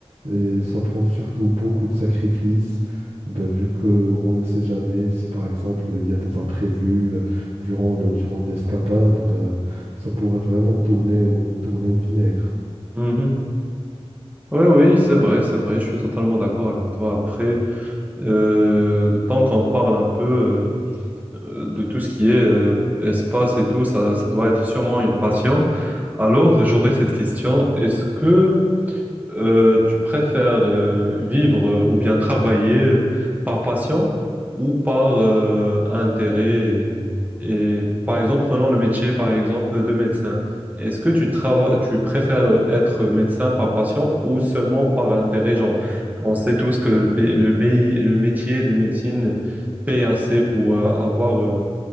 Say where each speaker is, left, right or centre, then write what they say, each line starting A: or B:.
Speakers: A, on the right (about 80°); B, on the right (about 15°).
A: et ça prend surtout beaucoup de sacrifices. Ben, vu qu'on ne sait jamais si par exemple il y a des imprévus euh, durant le, durant l'escapade, ben, ça pourrait vraiment tourner au, tourner au vinaigre.
B: Mhm. Oui, oui, c'est vrai, c'est vrai, je suis totalement d'accord avec toi. Après, euh, tant qu'on parle un peu euh, de tout ce qui est euh, espace et tout, ça, ça doit être sûrement une passion. Alors, j'aurais cette question, est-ce que euh, tu préfères euh, vivre euh, ou bien travailler euh, par passion ou par euh, intérêt et, et, par exemple, prenons le métier par exemple de médecin. Est-ce que tu trava- tu préfères euh, être médecin par passion ou seulement par intérêt? Genre, on sait tous que le, pays- le, mei- le métier de médecine paye assez pour euh, avoir euh,